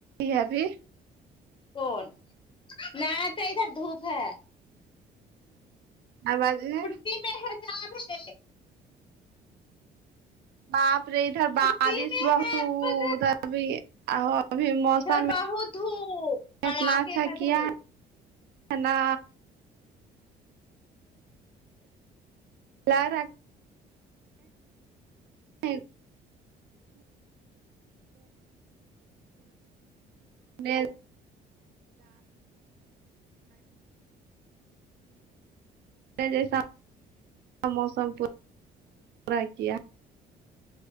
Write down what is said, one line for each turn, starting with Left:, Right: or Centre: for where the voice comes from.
Right: ہے ابھی
Left: کون نہ تو ادھر دھوپ ہے
Right: آواز ہے
Left: <unintelligible>
Right: باپ رے ادھر
Left: کرسی
Right: بارش
Left: میں
Right: بہت
Left: ہے بول رہے
Right: <unintelligible> موسم
Left: ادھر
Right: میں
Left: بہ دھوپ پڑاخے
Right: اتنا اچھا
Left: کا
Right: کیا
Left: دھپ
Right: ہے نا ل ر ہے میں جیسا موسم پورا کیا